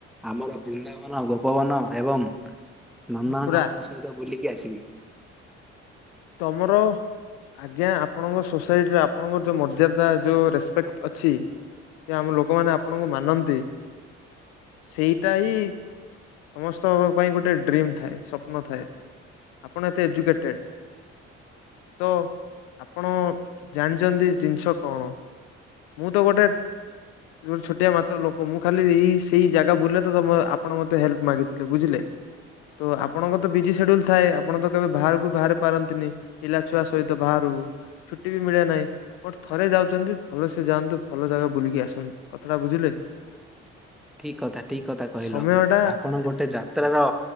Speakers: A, in the centre; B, on the left.
A: ଆମର ବୃନ୍ଦାବନ, ଗୋପବନ ଏବଂ ନନ୍ଦନକାନନ
B: ମଥୁରା
A: ସହିତ ବୁଲିକି ଆସିବି।
B: ତମର ଆଜ୍ଞା! ଆପଣଙ୍କ ସୋସାଇଟିରେ ଆପଣଙ୍କର ଯୋଉ ମର୍ଯ୍ୟାଦା, ଯୋଉ ରେସ୍ପେକ୍ଟ ଅଛି। ଯେ ଆମ ଲୋକମାନେ ଆପଣଙ୍କୁ ମାନନ୍ତି। ସେଇଟା ହିଁ ସମସ୍ତଙ୍କ ପାଇଁ ଗୋଟେ ଡ୍ରିମ୍ ଥାଏ। ସ୍ୱପ୍ନ ଥାଏ। ଆପଣ ଏତେ ଏଜୁକେଟେଡ ତ ଆପଣ ଜାଣିଛନ୍ତି ଜିନିଷ କଣ? ମୁଁ ତ ଗୋଟେ ମୁଁ ଛୋଟିଆ ମାତ୍ର ଲୋକ ମୁଁ ଖାଲି ଏଇ ସେଇ ଜାଗା ବୁଲେ ତ ଆପଣ ମତେ ହେଲ୍ପ ମାଗିଥିଲେ। ବୁଝିଲେ ତ ଆପଣଙ୍କ ତ ବିଜି ସେଡ୍ୟୁଲ ଥାଏ। ଆପଣ ଆପଣ ତ କେବେ ବାହାରକୁ ବି ବାହାରି ପାରନ୍ତିନି। ପିଲା ଛୁଆ ସହିତ ବାହାରକୁ ଛୁଟି ବି ମିଳେ ନାହିଁ। ଥରେ ଯାଉଛନ୍ତି। ଭଲ ସେ ଯାଆନ୍ତୁ। ଭଲ ଜାଗା ବୁଲିକି ଆସନ୍ତୁ। କଥାଟା ବୁଝିଲେ?
A: ଠିକ କଥା, ଠିକ କଥା କହିଲ
B: ସମୟ ଟା
A: ଆପଣ
B: ଏତେ
A: ଗୋଟେ ଯା ଯାତ୍ର ର